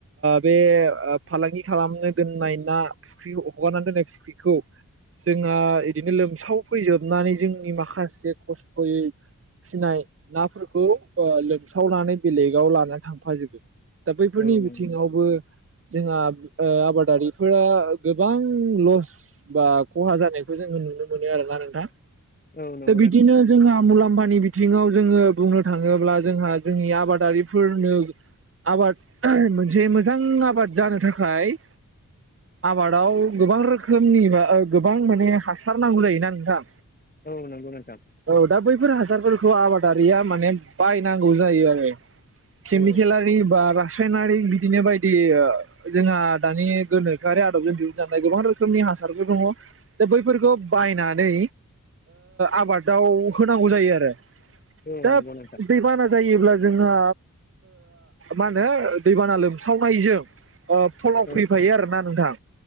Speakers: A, on the right; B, on the left.
A: बे फालांगि खालामनो दोननाय ना फुख्रि हगारना दोननाय फुख्रिखौ। जोंहा बिदिैनो लोमसावफैजोबनानै जोंनि माखासे खस्थ'यै फिनाय नाफोरखौ लोमसावनानै बेलेगाव लानानै थांफाजोबो। दा बैफोरनि
B: औ
A: बिथिङावबो
B: नंगौ
A: जोंहा आबादारिफोरा गोबां लस बा खहा जानायखौ जोङो नुनो मोनो आरोना नोंथां।
B: औ नंगौ
A: दा बिदिनो
B: नोंथां
A: जोंहा मुलाम्फानि बिथिङाव जोङो बुंनो थाङोब्ला जोंहा जोंनि आबादारिफोरनो आबाद मोनसे मोजां आबाद जानो थाखाय आबादाव गोबां रोखोमनि। गोबां माने हासार नांगौ जायोना नोंथां?
B: औ नंगौ नोंथां
A: औ दा बैफोर हासार बेफोरखौ आबादारिया माने बायनांगौ जायो आरो। खेमि
B: औ
A: खलाारि बार सानारि बिदिनो बायदि जोंहा दानि गोनोखोआरि आदबजों दिहुनजानाय गोबां रोखोमनि हासारफोर दङ। दा बैफोरखौ बायनानै आबादाव होनांगौ जायो आरो।
B: औ
A: दा
B: नंगौ नोंथां
A: दैबाना जायोब्ला जोंहा मा होनो दैबाना लोमसावनायजों। फलक
B: औ
A: फैफायो आरोना नोंथां